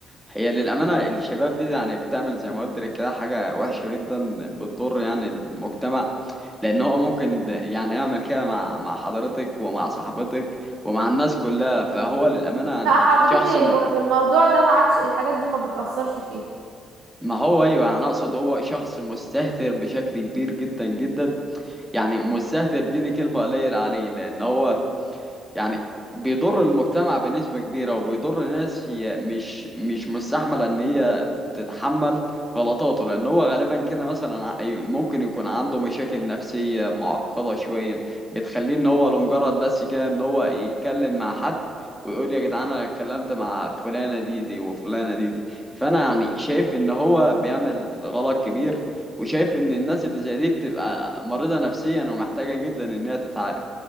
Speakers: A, in the centre; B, on the right (about 85°).
A: هي للأمانة الشباب دي يعني بتعمل زي ما قلت لك كده حاجة وحشة جدا بتضر يعني المجتمع لأن هو ممكن يعني يعمل كده مع مع حضرتك ومع صاحبتك ومع الناس كلها فهو للأمانة يعني
B: لا حضرتي
A: شخص م...
B: م- في الموضوع ده ما عادش الحاجات دي ما بتأثرش فيه
A: ما هو أيوه يعني أقصد هو شخص مستهتر بشكل كبير جدا جدا يعني مستهتر دي دي كلمة قليلة عليه لأن هو يعني بيضر المجتمع بنسبة كبيرة وبيضر ناس هي مش مش مستحملة ان هي تتحمل غلطاته لان هو غالبا كده مثلا ع- أي- ممكن يكون عنده مشاكل نفسية معقدة شوية بتخليه ان هو لمجرد بس كده ان هو يتكلم مع حد ويقول يا جدعان انا اتكلمت مع فلانة دي دي وفلانة دي دي فانا يعني شايف ان هو بيعمل غلط كبير وشايف ان الناس اللي زي دي بتبقى مريضة نفسيا ومحتاجة جدا انها تتعالج